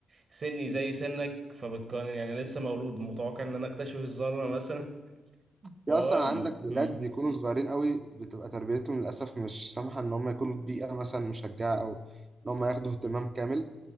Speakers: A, on the right; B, on the right.
A: سني زي سنك فبتقارن يعني لسه مولود متوقع ان انا اكتشف الذرة مثلا <laughs>
B: في
A: فهو
B: اصلا
A: ال...
B: عندك ولاد
A: مم.
B: بيكونوا صغيرين قوي بتبقى تربيتهم للاسف مش سامحه ان هم يكونوا في بيئه مثلا مشجعه او ان هم ياخدوا اهتمام كامل